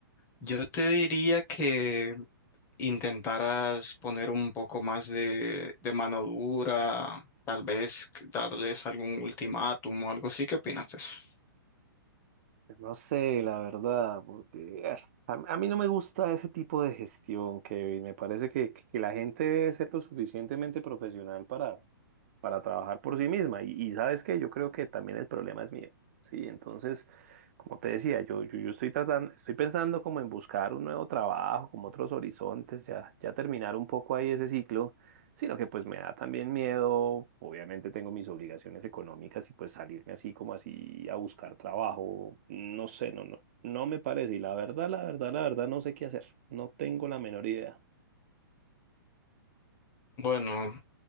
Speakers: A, on the left; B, on the right.
A: yo te diría que intentaras poner un poco más de, de mano dura, tal vez darles algún ultimátum o algo así, ¿qué opinas de eso?
B: Pues no sé, la verdad, porque ah, a, a mí no me gusta ese tipo de gestión, Kevin. Me parece que, que la gente debe ser lo suficientemente profesional para, para trabajar por sí misma. Y, y sabes qué, yo creo que también el problema es mío. Sí, entonces, como te decía, yo, yo, yo estoy tratando, estoy pensando como en buscar un nuevo trabajo, como otros horizontes, ya, ya terminar un poco ahí ese ciclo, sino que pues me da también miedo, obviamente tengo mis obligaciones económicas y pues salirme así como así a buscar trabajo, no sé, no, no, no me parece. Y la verdad, la verdad, la verdad, no sé qué hacer, no tengo la menor idea.
A: Bueno,